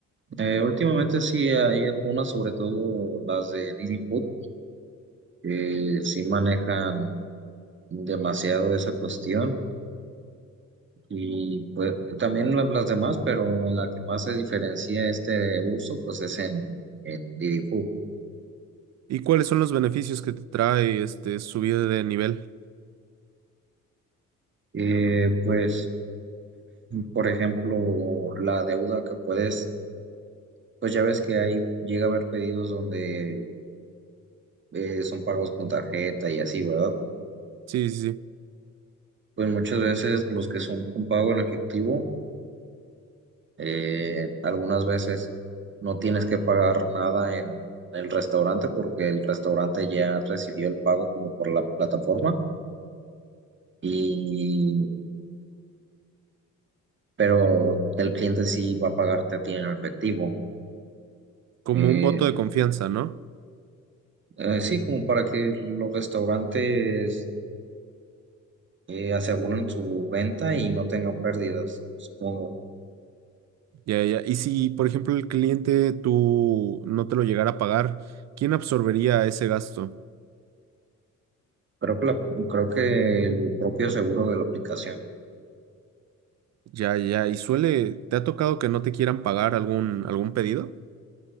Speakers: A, on the right; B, on the right.
A: Eh, últimamente sí hay algunas, sobre todo las de Didi Food, que sí manejan. demasiado esa cuestión y pues también la- las demás, pero en la que más se diferencia este uso pues es en, en Didi Food.
B: ¿Y cuáles son los beneficios que te trae este subir de nivel?
A: Eh, pues por ejemplo la deuda que puedes, pues ya ves que ahí llega a haber pedidos donde eh, son pagos con tarjeta y así, ¿verdad?
B: Sí, sí, sí.
A: Pues muchas veces los que son un pago en efectivo Eh, algunas veces no tienes que pagar nada en el restaurante porque el restaurante ya recibió el pago como por la plataforma y pero el cliente sí va a pagarte a ti en efectivo.
B: Como
A: Eh,
B: un voto de confianza, ¿no?
A: eh, sí, como para que los restaurantes eh, aseguren su venta y no tengan pérdidas, supongo.
B: Ya, ya. Y si, por ejemplo, el cliente tú no te lo llegara a pagar, ¿quién absorbería ese gasto?
A: Creo que la- creo que el propio seguro de la aplicación.
B: Ya, ya. ¿Y suele, te ha tocado que no te quieran pagar algún, algún pedido?